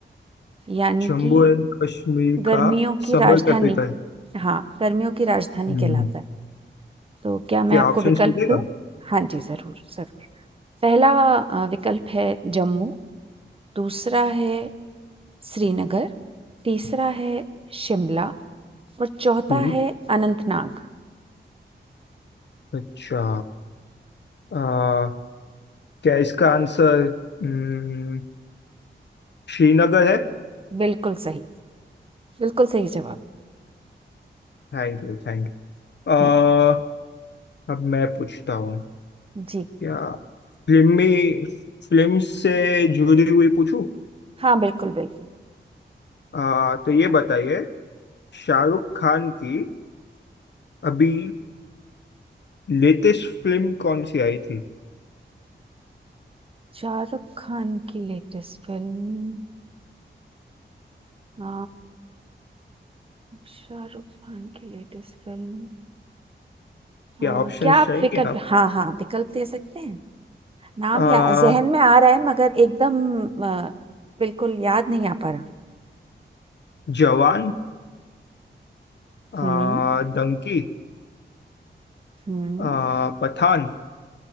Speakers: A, on the right; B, on the left.
A: यानी
B: जम्मू
A: कि
B: एंड कश्मीर
A: गर्मियों
B: का
A: की
B: समर
A: राजधानी
B: कैपिटल
A: हाँ गर्मियों की राजधानी
B: हम्म
A: कहलाता है तो क्या
B: क्या
A: मैं आपको
B: ऑप्शंस
A: विकल्प
B: मिलेगा
A: दूं हाँ जी जरूर जरूर पहला अ, विकल्प है जम्मू दूसरा है श्रीनगर तीसरा है शिमला और चौथा
B: हम्म,
A: है अनंतनाग
B: अच्छा आ, क्या इसका आंसर हम्म, श्रीनगर है
A: बिल्कुल सही बिल्कुल सही जवाब
B: Thank you thank you
A: हम्म
B: अब मैं पूछता हूँ
A: जी
B: क्या फिल्म में फिल्म से जुड़ी हुई पूछूं
A: हाँ बिल्कुल बिल्कुल
B: आ, तो ये बताइए शाहरुख खान की अभी लेटेस्ट फिल्म कौन सी आई थी
A: शाहरुख खान की लेटेस्ट फिल्म अ, शाहरुख खान की लेटेस्ट फिल्म
B: क्या
A: अ,
B: ऑप्शन
A: क्या
B: चाहिए
A: आप विकल्प
B: आप
A: हाँ हाँ विकल्प दे सकते हैं नाम
B: आ,
A: या जहन में आ रहा है मगर एकदम अ, बिल्कुल याद नहीं आ पा रहा
B: जवान आ,
A: हम्म
B: डंकी
A: हम्म
B: आ, पठान